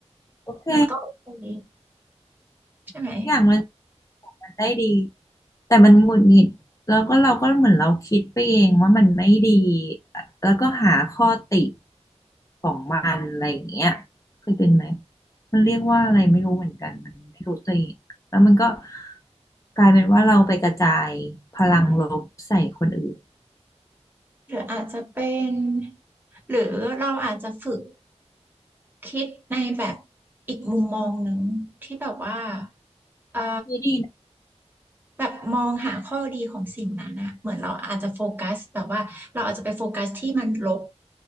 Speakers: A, on the left; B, on the right.
A: โอเค
B: มันก็โอเคใช่ไหม
A: ทุกอย่างมันมันได้ดีแต่มันหงุดหงิดแล้วก็เราก็เหมือนเราคิดไปเองว่ามันไม่ดีแล้วก็หาข้อติของมันอะไรอย่างเงี้ยเคยเป็นไหมมันเรียกว่าอะไรไม่รู้เหมือนกันมันไม่รู้ตัวเองแล้วมันก็กลายเป็นว่าเราไปกระจายพลังลบใส่คนอื่น
B: หรืออาจจะเป็นหรือเราอาจจะฝึก คิดในแบบอีกมุมมองหนึ่งที่แบบว่าเอ่อ
A: นี่ดีนะ
B: แบบมองหาข้อดีของสิ่งนั้นอะเหมือนเราอาจจะโฟกัสแบบว่าเราอาจจะไปโฟกัสที่มันลบ